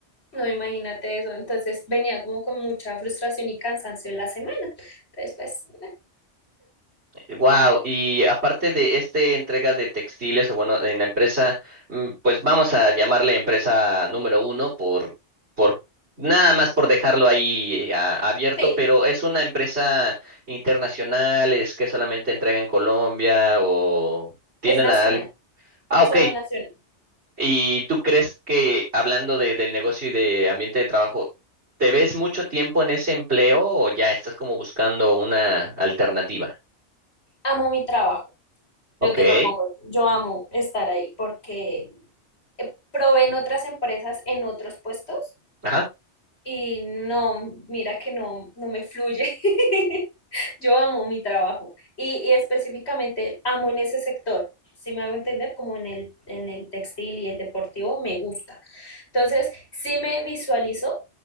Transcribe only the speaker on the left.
no imagínate eso. Entonces venía como con mucha frustración y cansancio en la semana. Entonces, pues,
sí,
es nacional,
solo nacional.
Amo mi trabajo, yo
te lo pongo, yo amo estar ahí porque eh, probé en otras empresas, en otros puestos.
Y no, mira que no, no me fluye. <laughs> Yo amo mi trabajo y, y específicamente amo en ese sector. Si me hago entender, como en el, en el textil y el deportivo, me gusta. Entonces, sí me visualizo,